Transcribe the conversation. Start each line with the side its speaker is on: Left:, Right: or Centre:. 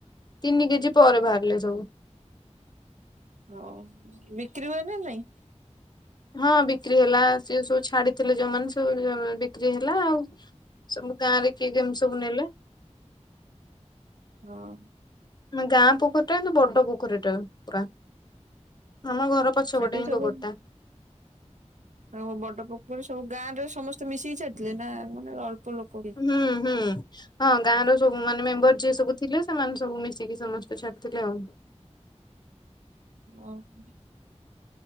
Left: ତିନି କେଜି ପରେ ବାହାରିଲେ ସବୁ।
Right: ହଉ, ବିକ୍ରି ହୁଏ ନା ନାଇଁ?
Left: ହଁ ବିକ୍ରି ହେଲା, ସିଏ ସବୁ ଛାଡିଥିଲେ ଯୋଉମାନେ ସବୁ <unintelligible> ବି କ୍ରୀ ହେଲା ଆଉ, ସବୁ ଗାଁ ରେ କିଏ କେମିତି ସବୁ ନେଲେ‌।
Right: ହଁ।
Left: ଆମ ଗାଁ ପୋଖରୀଟା ନା ବଡ ପୋଖରୀଟା ପୁରା। ଆମ ଘର ପଛପଟେ
Right: ସେଠି
Left: ହିଁ
Right: ସବୁ
Left: ପୋଖରୀଟା।
Right: ଆଉ ବଡ ପୋଖରୀ ସବୁ ଗାଁରେ ସମସ୍ତେ ମିଶିକି ଛାଡ଼ିଥିଲେ ନା ମାନେ ଅଳ୍ପ ଲୋକ? କିଏ
Left: ହୁଁ, ହୁଁ, ହଁ ଗାଁର ସବୁ ମାନେ ମେମ୍ବର୍ ଯିଏ ସବୁ ଥିଲେ, ସେମାନେ ସବୁ ମିଶିକି ସମସ୍ତେ ଛାଡିଥିଲେ ଆଉ।
Right: ଓ ହଁ।